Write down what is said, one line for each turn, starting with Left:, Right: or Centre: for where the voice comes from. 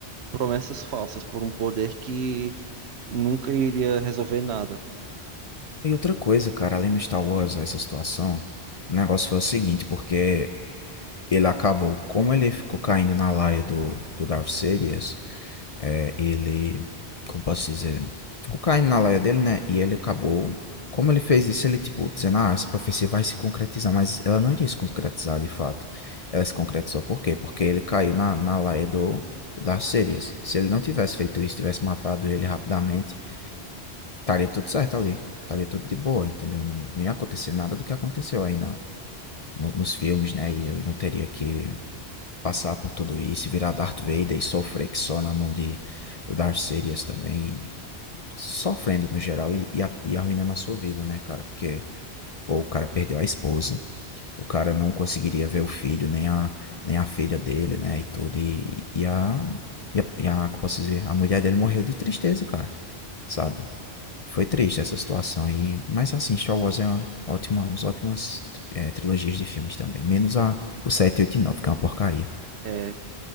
Right: promessas falsas, por um poder que nunca iria resolver nada.
Left: E outra coisa, cara, além do Star Wars, essa situação, o negócio foi o seguinte, porque ele acabou, como ele ficou caindo na laia do, do Darth Sidious, é, ele, como posso dizer, ficou caindo na laia dele, né? E ele acabou, como ele fez isso, ele tipo, dizendo, ah, essa profecia vai se concretizar, mas ela não iria se concretizar de fato. Ela se concretizou, por quê? Porque ele caiu na, na laia do, do Darth Sidious. Se ele não tivesse feito isso, tivesse matado ele rapidamente, estaria tudo certo ali. Estaria tudo de boa, entendeu? Não, não ia acontecer nada do que aconteceu aí na, no- nos filmes, né? E ele não teria que passar por tudo isso, e virar Darth Vader e sofrer que só na mão de do Darth Sidious também, e sofrendo no geral e, e, a- e arruinando a sua vida, né, cara? Porque pô, o cara perdeu a esposa, o cara não conseguiria ver o filho, nem a, nem a filha dele, né, e tudo, e, e a, e a, e a, como posso dizer, a mulher dele morreu de tristeza, cara, sabe? Foi triste essa situação e, mas assim, Star Wars é uma ótima, uns ótimas eh, trilogias de filmes também, menos a o 7, 8 e 9 que é uma porcaria.
Right: É,